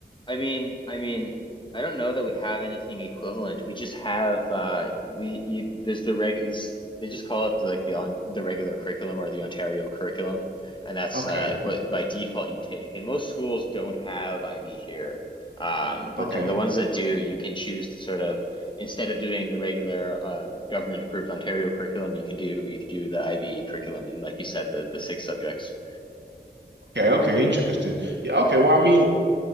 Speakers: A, on the left; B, on the right.
A: I mean, I mean, I don't know that we have anything equivalent. We just have uh, we you, there's the reg. it's- They just call it like the on the regular curriculum or the Ontario curriculum, and that's
B: okay,
A: uh, what by default you take. And most schools don't have IB here, um, but
B: okay,
A: then the ones that do, you can choose to sort of instead of doing the regular uh, government approved Ontario curriculum, you can do you could do the IB curriculum and like you said, the the six subjects.
B: okay, okay, interesting. Yeah, okay. Well, I mean,